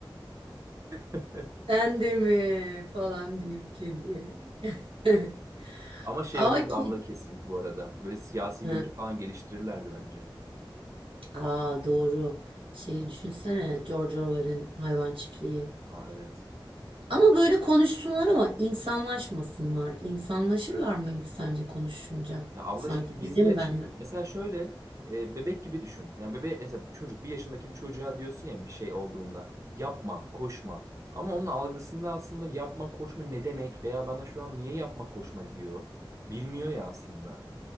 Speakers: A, on the right; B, on the right.
A: <laughs>
B: Sen de mi falan deyip kediye. <laughs>
A: Ama şey
B: Ama
A: olurdu
B: kedi.
A: abla kesin bu arada. Böyle siyasi
B: Ha,
A: görüş falan geliştirirlerdi bence.
B: Aa doğru. Şeyi düşünsene George Orwell'in Hayvan Çiftliği.
A: Aa evet.
B: Ama böyle konuşsunlar ama insanlaşmasınlar. İnsanlaşırlar mıydı sence konuşunca?
A: Ya abla
B: Sanki
A: şimdi bizle
B: bizim benle.
A: şimdi mesela şöyle e, bebek gibi düşün. Yani bebek mesela çocuk bir yaşındaki bir çocuğa diyorsun ya bir şey olduğunda yapma, koşma. Ama onun algısında aslında yapma, koşma ne demek veya bana şu an niye yapma, koşma diyor. Bilmiyor ya aslında.